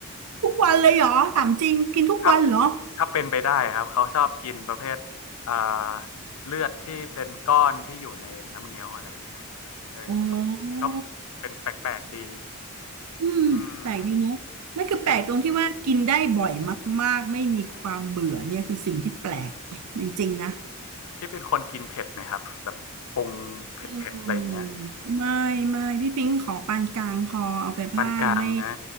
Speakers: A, on the right; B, on the left.
A: ทุกวันเลยเหรอถามจริงกินทุกวันเหรอ
B: ถ้าถ้าเป็นไปได้ครับเขาชอบกินประเภทอ่าเลือดที่เป็นก้อนที่อยู่ในน้ำเงี้ยวอะไรอย่างเงี้ยพี่เออก็ก็
A: อ๋อ
B: เป็นแปลกๆดี
A: อืมแปลกดีเนอะไม่คือแปลกตรงที่ว่ากินได้บ่อยมากๆไม่มีความเบื่อเนี่ยคือสิ่งที่แปลก
B: อืม <laughs>
A: <laughs> จริงๆนะ
B: พี่เป็นคนกินเผ็ดไหมครับแบบปรุงเผ็ดๆอะไรอย่างเงี้ย
A: เออไม่ไม่พี่ปิ๊งของปานกลางพอเอาไปผ้าไม่
B: ปานกลางนะ